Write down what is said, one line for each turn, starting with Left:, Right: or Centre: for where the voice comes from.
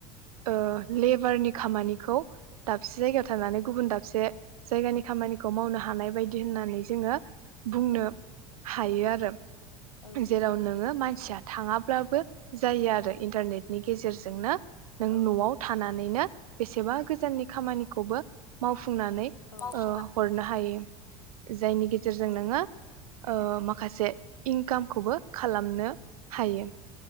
Right: ओ लेबारनि खामानिखौ दाबसे जायगायाव
Left: नंगौ
Right: थांनानै गुबुन दाबसे जायगानि खामानिखौ मावनो हानाय बायदि होननानै जोङो बुंनो
Left: औ
Right: हा हायो आरो
Left: औ
Right: जेराव
Left: नंगौ
Right: नोङो मानसिया थाङा ब्लाबो जायो आरो
Left: औ
Right: इन्टारनेट नि गेजेरजोंनो नों न'आव
Left: औ
Right: थानानैनो बे बेसेबा गोजाननि खामानिखौबो मावफु फुंनानै
Left: औ
Right: ओ हरनो हायो। जायनि गेजेरजों
Left: औ
Right: नोङो
Left: नंगौ
Right: ओ मा माखासे इनकामखौबो खालामनो हायो।